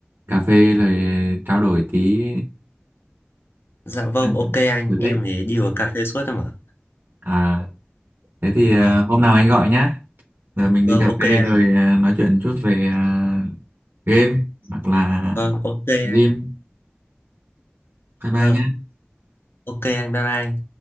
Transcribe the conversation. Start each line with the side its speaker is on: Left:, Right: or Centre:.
Right: cà phê rồi trao đổi tí
Left: dạ vâng
Right: ờ,
Left: ok anh
Right: sở
Left: em
Right: thích
Left: thì đi uống cà phê suốt thôi mà
Right: à thế thì
Left: vâng
Right: ờ, hôm nào anh gọi nhé Giờ mình
Left: Vâng,
Right: đi cà
Left: ok
Right: phê
Left: anh.
Right: rồi à, nói chuyện chút về à, game hoặc là
Left: Vâng, ok anh.
Right: gym. Bye
Left: Vâng,
Right: bye nhá.
Left: ok anh. Bye bye anh.